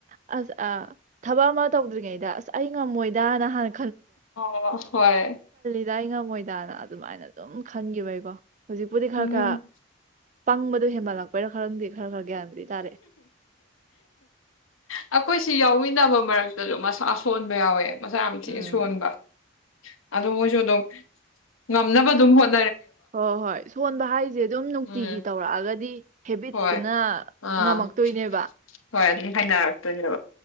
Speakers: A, on the right; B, on the left.
A: ꯑꯁ ꯑ ꯊꯕꯛ ꯑꯃ ꯇꯧꯗ꯭ꯔꯤꯉꯩꯗ ꯑꯁ ꯑꯩ ꯉꯝꯃꯣꯏꯗ ꯅ ꯍꯥꯟꯅ
B: ꯑꯣ ꯍꯣꯏ
A: ꯏꯗꯥꯥꯏ ꯉꯝꯃꯣꯏꯗꯥꯅ ꯑꯗꯨꯃꯥꯏꯅ ꯑꯗꯨꯝ ꯈꯟꯈꯤꯕꯩꯀꯣ ꯍꯧꯖꯤꯛꯄꯨꯗꯤ ꯈꯔ
B: ꯎꯝ
A: ꯈꯔ ꯄꯪꯕꯗꯣ ꯍꯦꯟꯃꯜꯂꯄꯩꯔꯥ ꯈꯔꯪꯗꯤ ꯈꯔ ꯈꯔ ꯒ꯭ꯌꯥꯟꯕꯨꯗꯤ ꯇꯥꯔꯦꯛꯑꯦ
B: ꯑꯈꯣꯏꯁꯤ ꯌꯥꯎꯃꯤꯟꯅꯕ ꯃꯔꯛꯇꯁꯨ ꯃꯁꯥ ꯁꯣꯟꯕ ꯌꯥꯎꯋꯦ ꯃꯁꯥ ꯌꯥꯝ ꯊꯤꯅ
A: ꯎꯝ
B: ꯁꯣꯟꯕ ꯑꯗꯣ ꯃꫭꯏꯁꯨ ꯗꯨꯝ ꯉꯝꯅꯕ ꯑꯗꯨꯝ ꯍꯣꯠ
A: ꯍꯣ ꯍꯣꯏ ꯁꯣꯟꯕ ꯍꯥꯏꯁꯦ ꯑꯗꯨꯝ ꯅꯨꯡꯇꯤꯒꯤ
B: ꯎꯝ
A: ꯇꯧꯔꯛꯑꯒꯗꯤ ꯍꯦꯕꯤꯠꯇꯨꯅ
B: ꯍꯣꯏ ꯑꯥ
A: ꯉꯝꯃꯛꯇꯣꯏꯅꯦꯕ
B: ꯍꯣꯏ ꯑꯗꯨꯝ ꯍꯥꯏꯅꯔꯛꯇꯣꯏꯅꯦꯕ